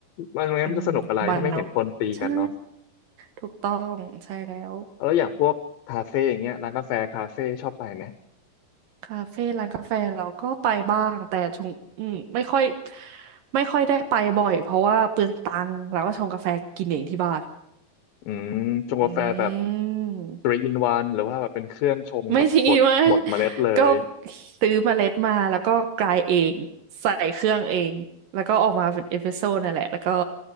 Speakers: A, on the left; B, on the right.
A: มันมันไมันจะสนุกอะไรถ้าไม่เห็นคนตีกันเนาะ
B: อืมมันเนาะใช่ถูกต้องใช่แล้ว
A: แล้วอย่างพวกคาเฟ่อย่างเงี้ยร้านกาแฟคาเฟ่ชอบไปไหม
B: คาเฟ่ร้านกาแฟเราก็ไปบ้างแต่ชงอืมไม่ค่อยไม่ค่อยได้ไปบ่อยเพราะว่าเปลืองตังค์เราก็ชงกาแฟกินเองที่บ้าน
A: อืมชงกาแฟแบบ
B: อืม
A: t รี e e in o หรือว่าแบบเป็นเครื่องชงแบบบดบดเมล็ดเลย
B: ไม่ทิ้งวะก็ซื้อเมล็ดมาแล้วก็กรายเองใส่เครื่องเองแล้วก็ออกมาเป็นเอสเปรสโซ่นั่นแหละแล้วก็